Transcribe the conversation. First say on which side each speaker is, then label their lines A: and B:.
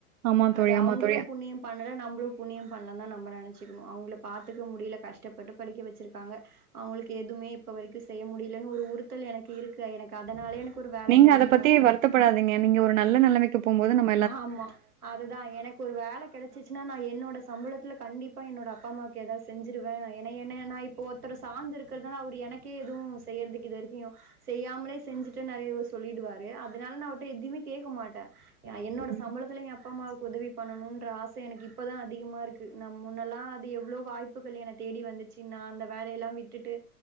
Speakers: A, on the right; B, on the right.
A: ஆமா தோழி
B: அது
A: ஆமா
B: அவங்களு
A: தோழி
B: புண்ணியொ பா னால நம்ப்ளு புன்னியு பண்லனா நம்ம நெனச்சுக்ணு அவங்க பாத்துக்க முடியில கஷ்டப்பட்டு படிக்க வெச்சிருக்காங்க அவங்களுக்கு எதுவுமே இப்ப வரைக்கு செய்ய முடியலேன்னு ஒரு உறுத்தல் எனக்கு இருக்கு எனக்கு அதனாலே எனக்கு ஒரு வேல
A: நீங்க
B: கெடைக்கணு
A: அத பத்தி வருத்தப்படாதீங்க நீங்க ஒரு நல்ல நெலமைக்கு போம்போது நம்
B: ஆமா அதுதா எனக்கு ஒரு வேல கெடச்சிச்சுன்னா நா என்னோட சம்பளத்துல கண்டி ப்பா என்னோட அப்பா அம்மாவுக்கு ஏத செஞ்சிருவே ஏனா என்ன நா இப்போ ஒருத்தர சார்ந்து இருக்குறதுனால அவரு எனக்கே ஏதுவு செய்யறதுக்கு இது வரைக்கு செய்யாமலே செஞ்சுட்டு நெறைய சொல்லிடுவாரு அதுனால நா அவர்ட்ட எதுையுமே கேக்க மாட்டே ஏ என்னோட
A: ம்
B: சம்பளத்துல எ அப்ப அம்மாவு கு உதவி பண்ணணுன்ற ஆச எனக்கு இப்பதா அதிகமா இருக்கு நம் முன்னல்லா அது எவ்ளோ வாய்ப்புகள் என தேடி வந் துச்சு நா அந்த வேலையெல்லா விட்டுட்டு